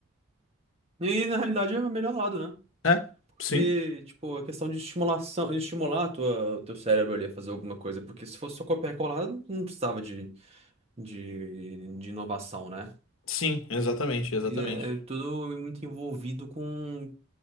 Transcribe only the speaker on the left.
É,
sim,
sim, exatamente, exatamente.